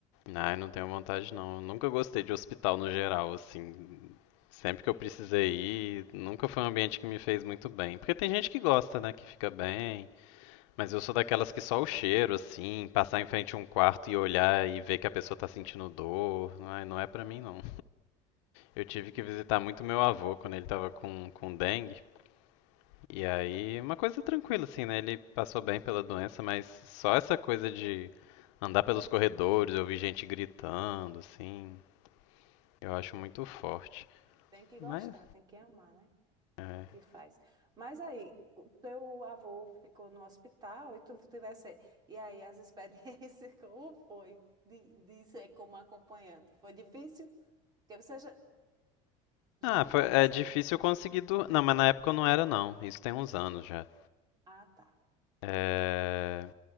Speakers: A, on the left (about 85°); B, on the right (about 25°).
A: Ai, não tenho vontade não. Eu nunca gostei de hospital no geral, assim. Sempre que eu precisei ir, nunca foi um ambiente que me fez muito bem. Porque tem gente que gosta, né, que fica bem. Mas eu sou daquelas que só o cheiro, assim, passar em frente a um quarto e olhar e ver que a pessoa tá sentindo dor. Ai, não é pra mim não. Eu tive que visitar muito meu avô quando ele tava com, com dengue. E aí, uma coisa tranquila, assim, né? Ele passou bem pela doença, mas só essa coisa de andar pelos corredores, ouvir gente gritando, assim. Eu acho muito forte.
B: Tem que gostar,
A: Mas.
B: tem que amar, né?
A: É.
B: O que faz. Mas aí, o teu avô ficou no hospital e tu tivesse. E aí, as experiências, <laughs> como foi de, de ser como acompanhante? Foi difícil? Porque você já, já
A: Ah,
B: é
A: foi-
B: um profissional.
A: é difícil conseguir dormir. Não, mas na época eu não era, não. Isso tem uns anos já.
B: Ah, tá.
A: É...